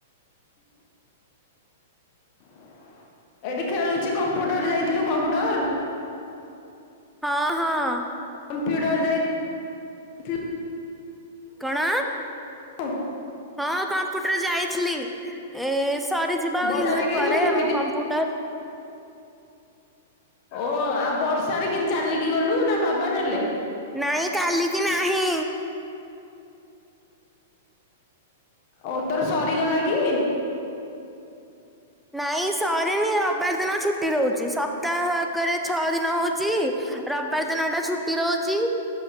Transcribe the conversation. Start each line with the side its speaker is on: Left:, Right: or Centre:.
Left: <inaudible> ଏଠି ଖେଳୁଛି, କମ୍ପୁଟର ଯାଇଥିଲୁ କମ୍ପୁଟର?
Centre: ହଁ ହଁ।
Left: କମ୍ପୁଟର ଯାଇ ଥି
Centre: କଣ?
Left: <unintelligible>
Centre: ହଁ କମ୍ପୁଟର ଯାଇଥିଲି। ଏ ସରିଯିବା ଆଉ
Left: ବର୍ଷାରେ
Centre: କିଛି ଦିନ
Left: କେହି
Centre: ପରେ
Left: ଗଲୁ
Centre: ଆମ
Left: ଏମିତି
Centre: କମ୍ପ୍ୟୁଟର।
Left: ଓ ଆଉ ବର୍ଷାରେ କେମତି ଚାଲିକି ଗଲୁ ନା ବାବା ନେଲେ?
Centre: ନାଇଁ କାଲି କି ନାହିଁ।
Left: ଓ ତୋର ସରିଗଲା କି?
Centre: ନାଇଁ ସରିନି ରବିବାର ଦିନ ଛୁଟି ରହୁଛି ସପ୍ତାହକରେ ଛଅ ଦିନ ହଉଛି। ରବିବାର ଦିନଟା ଛୁଟି ରହୁଛି।